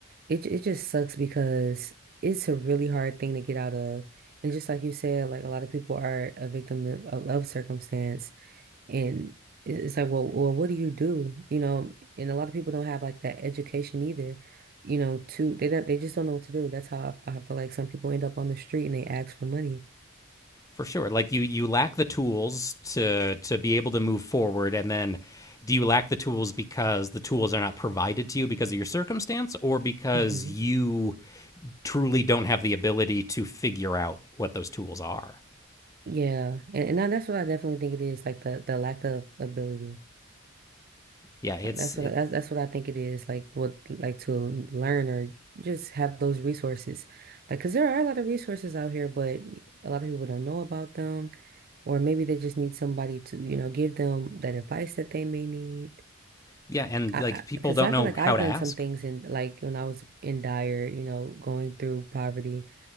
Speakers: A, on the right (about 45°); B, on the left (about 15°).
A: It it just sucks because it's a really hard thing to get out of. And just like you said, like a lot of people are a victim to- of love circumstance. And it- it's like, well, well, what do you do? You know, and a lot of people don't have like that education either. You know, to they don't they just don't know what to do. That's how I, I feel like some people end up on the street and they ask for money.
B: For sure. Like you you lack the tools to to be able to move forward and then do you lack the tools because the tools are not provided to you because of your circumstance or because
A: hmm
B: you truly don't have the ability to figure out what those tools are?
A: Yeah. And, and that- that's what I definitely think it is, like the the lack of ability.
B: Yeah, it's
A: That's
B: it's
A: what that's that's what I think it is. Like what like to learn or you just have those resources. like, because there are a lot of resources out here, but a lot of people don't know about them, or maybe they just need somebody to, you know, give them that advice that they may need.
B: yeah, and
A: I,
B: like people
A: because
B: don't
A: I, because I
B: know
A: feel like
B: how
A: I've
B: to
A: done
B: ask.
A: some things in like when I was in dire, you know, going through poverty,